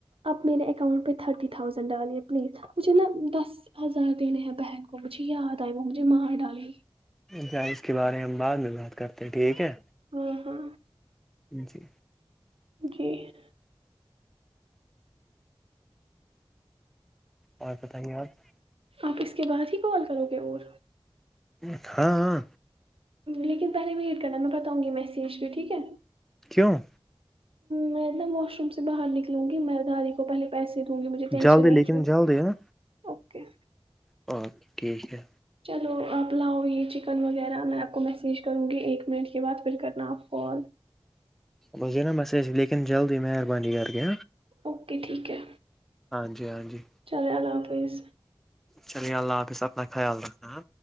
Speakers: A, on the right; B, in the centre.
A: آپ میرے اکاؤنٹ پہ تھرٹی تھاؤزنڈ ڈالیے پلیز مجھے نا دس ہزار دینے ہیں بہن کو مجھے یاد آئی وہ مجھے مار ڈالی
B: اچھا اس کے بارے میں ہم بعد میں بات کرتے ہیں ٹھیک ہے
A: ہوں ہاں
B: جی
A: جی
B: اور بتائیں گے آپ
A: آپ اس کے بعد ہی کال کرو گے اور
B: ہاں ہاں
A: لیکن پہلے ویٹ کرنا میں پتتاؤوں گی میسج پ ٹھیک ہے
B: کیوں
A: میں نا واش روم سے باہر نکلوں گی میں داری کو پہلے پیسے دوں گی مجھے ٹینشن
B: جلدی
A: رہتی
B: لیکن
A: ہے
B: جلدی ہاں
A: اوکے
B: اوکے ٹھیک ہے
A: چلو آپ لاؤ یہ چکن وغیرہ میں آپ کو میسیج کروں گی ایک منٹ کے بعد پھر کرنا آپ کال
B: بس د نا مسیج لیکن جلدی مہربانی کر کے
A: اوکے ٹھیک ہے
B: ہاں جی ہاں جی
A: چلے اللہ حافظ
B: چلیے اللہ حافظ اپنا خیال رکھنا